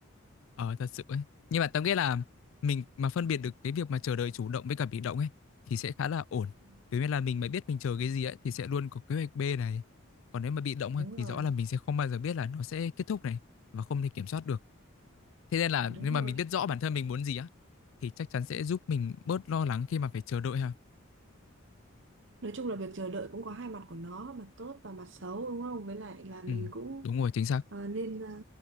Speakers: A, on the left; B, on the right.
A: Ờ thật sự ấy. Nhưng mà tao nghĩ là mình mà phân biệt được cái việc mà chờ đợi chủ động với cả bị động ấy thì sẽ khá là ổn.
B: Ừ,
A: Thế nên là mình mà biết mình chờ cái
B: ừ.
A: gì ấy thì sẽ luôn có kế hoạch B này. Còn nếu mà bị động ấy,
B: Đúng rồi,
A: thì rõ là mình sẽ không bao giờ biết là nó sẽ kết thúc này và không thể kiểm soát được. Thế nên là
B: đúng
A: nhưng
B: rồi.
A: mà mình biết rõ bản thân mình muốn gì á thì chắc chắn sẽ giúp mình bớt lo lắng khi mà phải chờ đợi ha.
B: Nói chung là việc chờ đợi cũng có hai mặt của nó, mặt tốt và mặt xấu đúng không? Với lại là mình
A: Ừ,
B: cũng
A: đúng rồi, chính xác.
B: à, nên à,